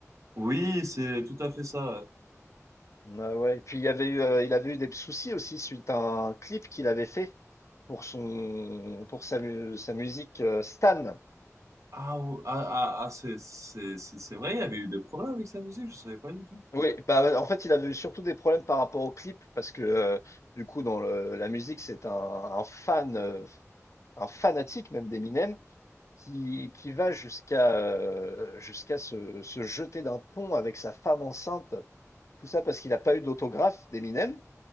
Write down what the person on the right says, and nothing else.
Oui, c'est tout à fait ça.
Ah, ou- ah, ah, ah, c'est, c'est, c'est c'est vrai, il y avait eu des problèmes avec sa musique, je savais pas du tout.